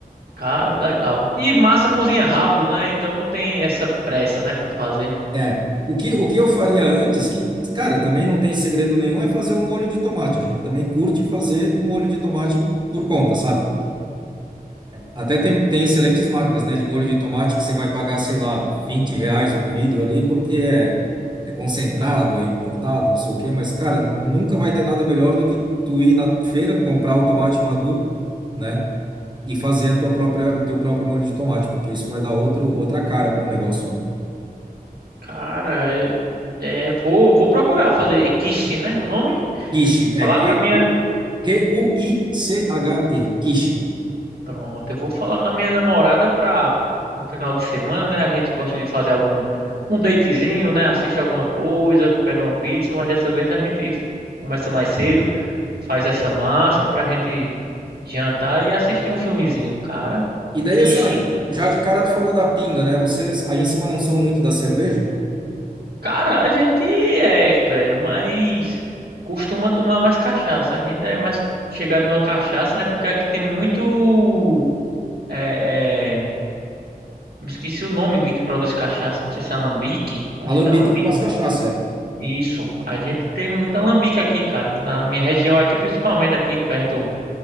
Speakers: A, on the right; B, on the right.
A: Cara, legal. E massa cozinha rápido, né? Então não tem essa pressa, né, pra fazer.
B: É, o que, o que eu faria antes, que, cara, também não tem segredo nenhum, é fazer o molho de tomate. A gente também curte fazer o molho de tomate por conta, sabe? Até tem, tem excelentes marcas, né, de molho de tomate que você vai pagar, sei lá, 20 reais um vidro ali, porque é, é concentrado, é importado, não sei o quê, mas, cara, nunca vai ter nada melhor do que tu ir na feira, comprar o tomate maduro, né, e fazer a tua própria, o teu próprio molho de tomate, porque isso vai dar outro, outra cara para o negócio, né?
A: Cara, eu- é, vou, vou procurar fazer. É quiche, né? O nome?
B: Quiche, é
A: Falar
B: Q-U-
A: com a minha.
B: Q-U-I-C-H-E, quiche.
A: Pronto, eu vou falar com a minha namorada pra. No final de semana, né? A gente gosta de fazer algum. Um datezinho, né? Assiste alguma coisa, pede uma pizza, mas dessa vez a gente começa mais cedo, faz essa massa pra gente jantar e assistir um filmezinho. Cara,
B: E daí,
A: quiche.
B: assim, ó, já de cara tu falou da pinga, né? Vocês aí em cima não são muito da cerveja?
A: Cara, a gente é, velho, mas costuma tomar mais cachaça. A gente é mais chegado numa cachaça, né? Porque aqui tem muito. É, é, me esqueci o nome de que produz cachaça. Não sei se é alambique. Acho
B: Alambique
A: que é alambique.
B: com as cachaça, é.
A: Isso. A gente tem muito alambique aqui, cara. Na minha região aqui, principalmente aqui perto.